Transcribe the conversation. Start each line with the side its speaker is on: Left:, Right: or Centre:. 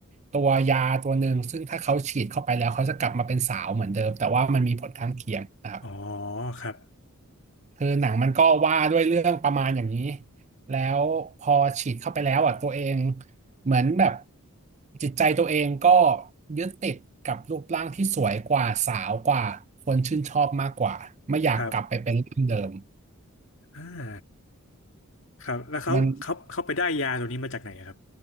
Right: ตัวยาตัวหนึ่งซึ่งถ้าเขาฉีดเข้าไปแล้วเขาจะกลับมาเป็นสาวเหมือนเดิมแต่ว่ามันมีผลข้างเคียงนะครับ
Left: อ๋อครับ
Right: คือหนังมันก็ว่าด้วยเรื่องประมาณอย่างนี้ แล้วพอฉีดเข้าไปแล้วอ่ะตัวเองเหมือนแบบจิตใจตัวเองก็ยึดติดกับรูปร่างที่สวยกว่าสาวกว่าคนชื่นชอบมากกว่าไม่อยากกลับไปเป็นร่างเดิม
Left: ครับอ่าครับแล้วเขาเขาเขาไปได้ยาตัวนี้มาจากไหนอะครับ
Right: มัน